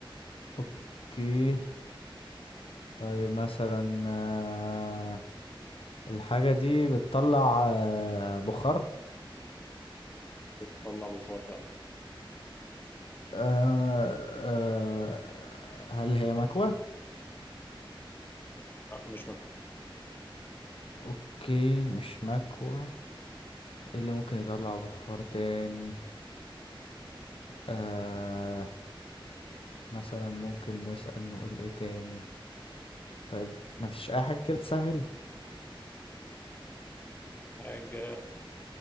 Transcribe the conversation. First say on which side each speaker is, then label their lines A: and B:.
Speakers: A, on the left; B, on the left.
A: اوكي طيب مثلا آه، الحاجة دي بتطلع آه، بخار
B: بتطلع بخار فعلا
A: آه، آه، هل هي مكوة
B: لا مش مكوى
A: اوكي مش مكوة إيه اللي ممكن يطلع بخار تاني آه، مثلا ممكن نسأل نقول ايه تاني طيب مفيش اي حاجة كده تسهل
B: حاجة